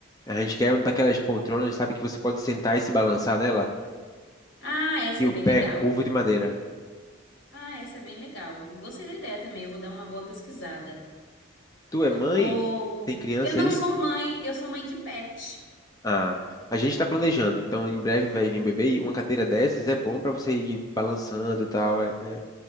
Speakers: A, on the left; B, on the left.
A: A gente quer uma daquelas poltronas, sabe, que você pode sentar e se balançar nela?
B: Ah, essa
A: E
B: é
A: o
B: bem legal.
A: pé é curvo de madeira.
B: Ah, essa é bem legal. Gostei da ideia também, eu vou dar uma boa pesquisada.
A: Tu é mãe?
B: Ou
A: Tem criança
B: eu não
A: aí?
B: sou mãe, eu sou mãe de pet.
A: Ah, a gente está planejando, então em breve vai vir um bebê e uma cadeira dessas é bom para você ir balançando e tal, é, é,